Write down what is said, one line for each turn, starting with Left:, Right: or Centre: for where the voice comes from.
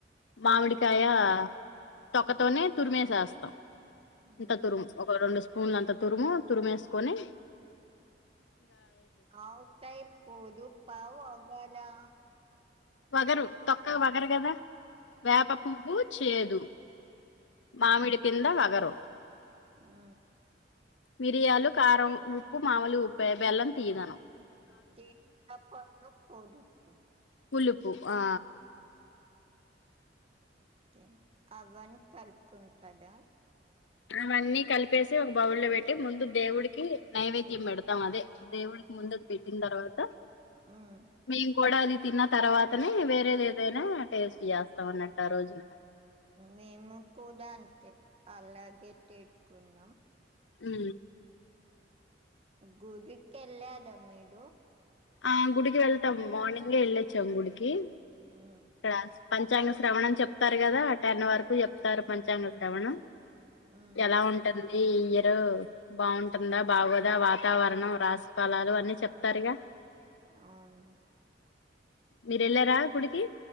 Left: మామిడికా యా తొక్కతోనే తురిమేసేస్తాం
Right: హ్మ్
Left: ఇంతతురుం ఒక రెండు స్పూన్ల అంతా తురుము తురుమేసుకొని
Right: ఆవకాయ పోదు పౌ ఒగాలా
Left: వగరు తొక్క వగరు గదా వ్యాప పువ్వు చేదు మామిడి కింద వగరు
Right: ఆ
Left: మిరియాలు కారం ఉప్పు మాములు ఉప్పే బెల్లం తీయగాను
Right: <unintelligible> పోదుపు
Left: పులుపు ఆ
Right: ే అవన్ని కలుపుకుంటదా
Left: అవన్నీ కలిపేసి ఒక బౌల్ల పెట్టి ముందు దేవుడికి నైవేద్యం పెడతాం అదే దేవుడికి ముందు పెట్టిన తర్వాత
Right: హ్మ్.
Left: మేం కూడా అది తిన్న తర్వాతనే వేరేది ఏదైనా టేస్ట్ చేస్తాం అన్నట్టు ఆ రోజున
Right: మేము కూడా అంతే అలాగే టేట్టుకున్నాం
Left: ఊ
Right: గుడికి ఎళ్లారా మీరు
Left: ఆ గుడికి వెళ్తాం మార్నింగే వెళ్ళొచ్చాం గుడికి
Right: ఆ
Left: ఇక్కడ పంచాంగ శ్రవణం అని చెప్తారు కదా ఆ టెన్ వరకు చెప్తారు పంచాంగ శ్రవణం
Right: హ్మ్.
Left: ఎలా ఉంటుంది ఈ ఇయర్ బాగుంటుందా బాగోదా వాతావరణం రాసి ఫలాలు అన్ని చెప్తారుగా
Right: అవును
Left: మీరెళ్లారా గుడికి